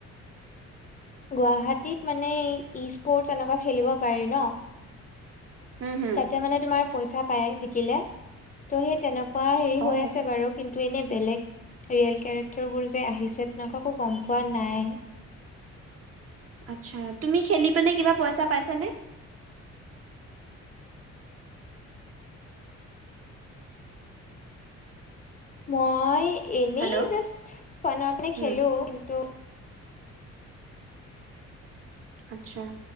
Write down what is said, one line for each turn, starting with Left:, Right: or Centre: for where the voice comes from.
Left: গুৱাহাটীত মানে ই স্পৰ্টছ এনেকুৱা খেলিব পাৰি ন
Right: হুম হুম
Left: তাতে মানে তোমাৰ পইচা পায় জিকিলে ত' সেই তেনেকুৱা কোৱা হেৰি
Right: অ
Left: হৈ আছে বাৰু কিন্তু এনেই বেলেগ ৰিয়েল কেৰেক্টাৰ বোৰ যে আহিছে তেনেকুৱাকো গম পোৱা নাই
Right: <inaudible> আচ্ছা তুমি খেলি পিনে কিবা পইচা পাইছানে
Left: মই এনেই
Right: হেল্ল'
Left: জাষ্ট ফ্ৰনৰ কাৰণে
Right: উম
Left: খেলো কিন্তু
Right: আচ্ছা